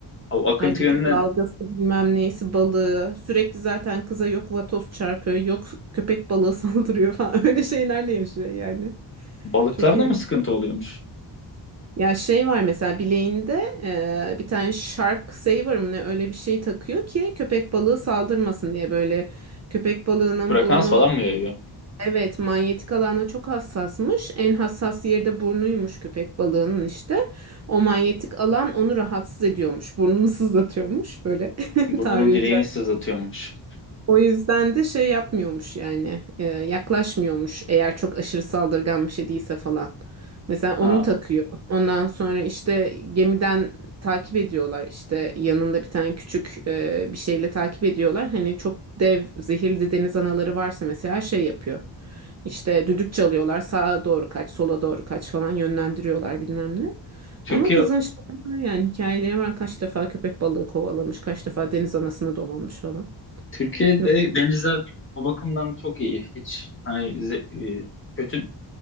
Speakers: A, on the left; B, on the right.
A: O akıntı
B: Hayır bir
A: yönüne
B: de dalgası bilmem neyisi balığı. Sürekli zaten kıza yok vatoz çarpıyor. Yok köpek balığı <laughs> saldırıyor falan. Öyle şeylerle yaşıyor yani.
A: balıklarda
B: Çok iyi.
A: mı sıkıntı oluyormuş?
B: Ya şey var mesela bileğinde e, bir tane shark saver mı ne öyle bir şey takıyor ki köpek balığı saldırmasın diye böyle köpek balığının
A: Frekans
B: burnu
A: falan mı yayıyor?
B: Evet, manyetik alana çok hassasmış. En hassas yeri de burnuymuş köpek balığının işte. O manyetik alan onu rahatsız ediyormuş. Burnunu sızlatıyormuş böyle <laughs>
A: Burnunun
B: tabiri
A: direğini sızlatıyormuş.
B: o yüzden de şey yapmıyormuş yani e, yaklaşmıyormuş eğer çok aşırı saldırgan bir şey değilse falan. Mesela onu
A: Ha.
B: takıyor. Ondan sonra işte gemiden takip ediyorlar işte yanında bir tane küçük e, bir şeyle takip ediyorlar. Hani çok dev zehirli deniz anaları varsa mesela şey yapıyor. İşte düdük çalıyorlar sağa doğru kaç sola doğru kaç falan yönlendiriyorlar bilmem ne.
A: Türkiye
B: Ama kızın şey var yani hikayeleri var kaç defa köpek balığı kovalamış kaç defa deniz anasına dolanmış falan.
A: Türkiye'de
B: Yok.
A: denizler o bakımdan çok iyi. Hiç hani ze- e, kötü